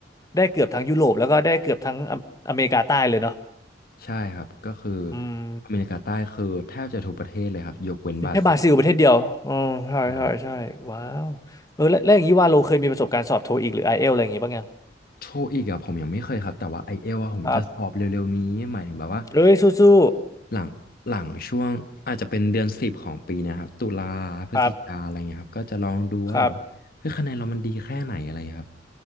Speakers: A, on the left (about 20°); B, on the left (about 55°).
A: ได้เกือบทั้งยุโรปแล้วก็ได้เกือบทั้งอเมอเมริกาใต้เลยเนาะ
B: ใช่ครับก็คือ
A: อืม
B: อเมริกาใต้คือแทบจะทุกประเทศเลยครับยกเว้นบราซิล
A: มีแค่บราซิลประเทศเดียวอ๋อใช่ใช่ใช่ว้าวเออแล้วแล้วอย่างนี้ว่าโลเคยมีประสบการณ์สอบโทอีกหรือไอเอลอะไรอย่างงี้บ้างยัง
B: ใช่ โทอีกอะผมยังไม่เคยครับแต่ว่าไอเอลอะผมจะสอบเร็วๆนี้หมายถึงแบบว่า
A: ครับ เอ้ยสู้
B: หลังหลังช่วงอาจจะเป็นเดือนสิบของปีเนะครับตุลาพฤศจิกาอะไรเงี้ยครับก็จะลองดูว่าแบบว่าเฮ้ยคะแนนเรามันดีแค่ไหนอะไรเงี้ยครับ
A: ๆครับครับ